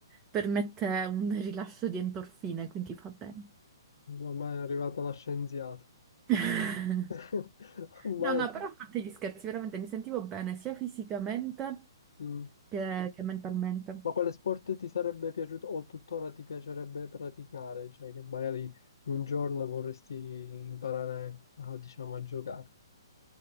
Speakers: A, on the right (about 15°); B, on the left (about 60°).
A: permette un rilascio di endorfine, quindi fa bene.
B: Ormai è arrivata la scienziata.
A: <laughs>
B: <laughs> Ormai
A: No, no, però a parte gli scherzi, veramente mi sentivo bene sia fisicamente
B: mhmm,
A: che, che mentalmente.
B: ma quale sport ti sarebbe piaciuto o tuttora ti piacerebbe praticare? Cioè che magari un giorno vorresti imparare a, diciamo, a giocare.